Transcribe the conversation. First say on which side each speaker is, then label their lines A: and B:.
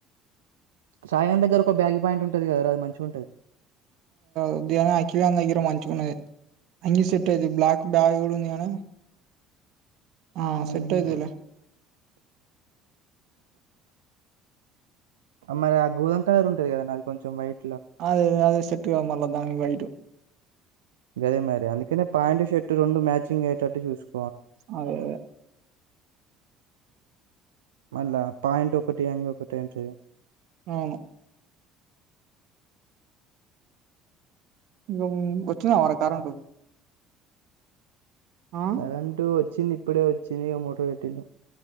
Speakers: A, on the right; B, on the right.
A: సాయంం దగ్గర ఒక బ్యాగ పాయింట్ ఉంటుంది కదా అది మంచిగా ఉంటుది
B: ఉదని అకివన దగ్గర మంచుకున్నది అంగ సెట్ఐది బ్లాక్ బాగడన్నను ఆ
A: హుహు.
B: సెట్ అయిదులే
A: మరి ఆ గోధమ్ కలర్ ఉంటది కదన్న అది కొంచెం వైట్
B: అదే అదే సెట్టుగా మళ్ళ దా బయ
A: గదే మర అందుకనే పాయింట్ షర్ట్ రెండు మ్యాచింగ్ అయేటట్టు చూసుకో
B: అదే అదే
A: మళ్ళీ పాయింట్ ఒకటి ఎంగ్ ఒకటి ఏంట
B: అవును ఇంక వచ్చినా మర కరెంటు ఆ
A: కరెంటు వచ్చింది ఇప్పుడే వచ్చింది ఒక మోటార్ వెటీలో